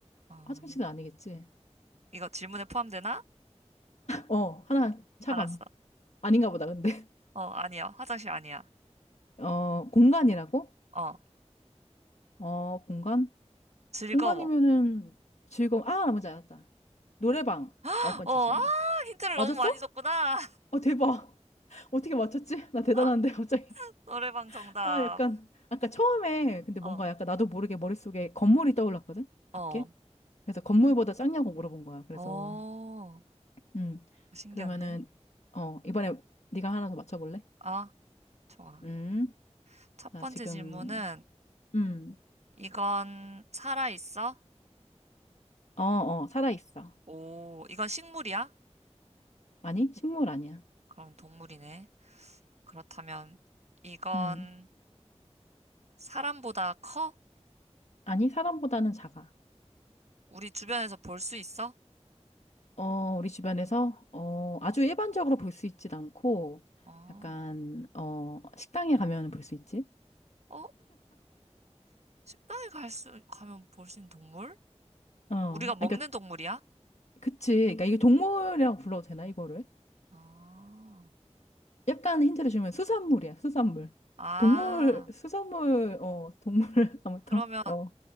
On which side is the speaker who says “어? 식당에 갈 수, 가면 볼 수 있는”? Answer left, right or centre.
Right